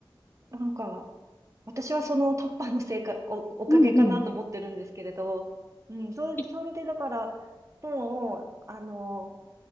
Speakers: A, on the right (about 35°); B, on the left (about 25°).
A: う、なんか、私はそのタッパーのせいか、お、おかげかなと思ってるんですけれど、
B: うん、うん。
A: うん、それで、
B: え
A: それでだから、もう、あの、